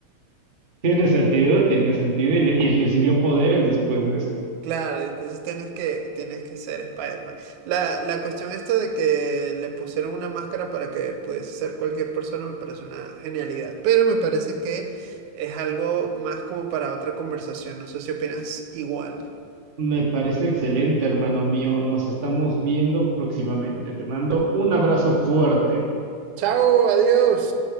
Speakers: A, on the right; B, on the right.
A: Tiene sentido, tiene sentido y, le- y recibió poderes después de eso.
B: Claro, entonces tienes que, tienes que ser Spider-Man. La, la cuestión esta de que le pusieron una máscara para que pudiese ser cualquier persona me parece una genialidad, pero me parece que es algo más como para otra conversación. No sé si opinas igual.
A: Me parece excelente, hermano mío. Nos estamos viendo próximamente. Te mando un abrazo fuerte.
B: Chao, adiós.